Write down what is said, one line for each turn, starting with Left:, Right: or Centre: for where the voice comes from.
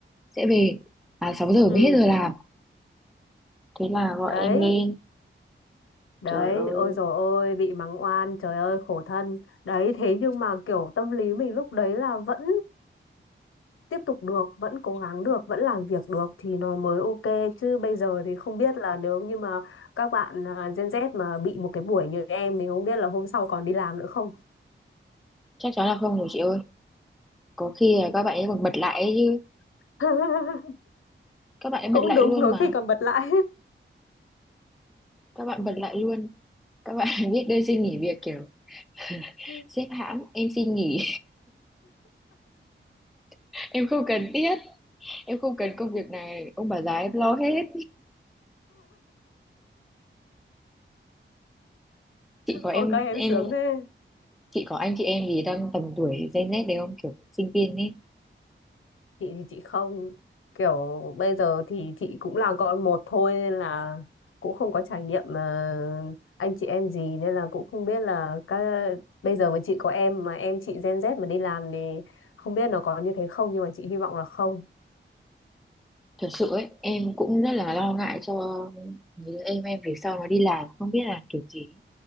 Centre: sẽ về à sáu giờ
Left: ừ
Centre: mới hết giờ làm thế là gọi
Left: Đấy,
Centre: em lên
Left: đấy,
Centre: trời ơi
Left: ôi rồi ôi, bị mắng oan, trời ơi khổ thân. Đấy, thế nhưng mà kiểu tâm lý mình lúc đấy là vẫn tiếp tục được vẫn cố gắng được vẫn làm việc được thì nó mới ok chứ bây giờ thì không biết là nếu như mà các bạn à, Gen Z mà bị một cái buổi như em thì không biết là hôm sau còn đi làm nữa không
Centre: chắc chắn là không rồi chị ơi có khi là các bạn ấy còn bật lại ấy chứ
Left: <laughs>
Centre: các bạn ấy bật
Left: cũng
Centre: lại
Left: đúng
Centre: luôn
Left: có
Centre: mà
Left: khi còn bật lại
Centre: các bạn bật lại luôn các bạn <laughs> biết đơn xin nghỉ việc kiểu <laughs>
Left: <laughs>
Centre: sếp hãm em xin nghỉ <laughs> em không cần thiết em không cần công việc này ông bà già em lo hết chị có em
Left: ôi các em
Centre: em
Left: sướng thế
Centre: chị có anh chị em gì đang tầm tuổi Gen Z đấy không kiểu sinh viên ấy
Left: chị thì chị không kiểu bây giờ thì chị cũng là con một thôi nên là cũng không có trải nghiệm ờ, anh chị em gì nên là cũng không biết là các bây giờ mà chị có em mà em chị Gen Z mà đi làm thì không biết nó có như thế không nhưng mà chị hy vọng là không
Centre: Thật sự ấy, em cũng rất là lo ngại cho mấy đứa em em về sau nó đi làm không biết là kiểu gì.